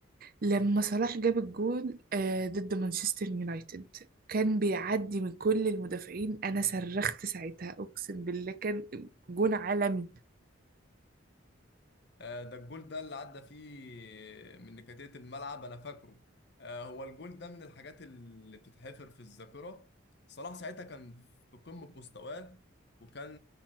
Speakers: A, on the right; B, on the left.
A: لما صلاح جاب الجول آه، ضد مانشستر يونايتد كان بيعدي من كل المدافعين انا صرخت ساعتها اقسم بالله كان جون عالمي
B: آه، ده الجول ده اللي عدى فيه من نكتات الملعب انا فاكره آه، هو الجول ده من الحاجات اللي بتتحفر في الذاكرة صلاح ساعتها كان في قمة مستواه وكان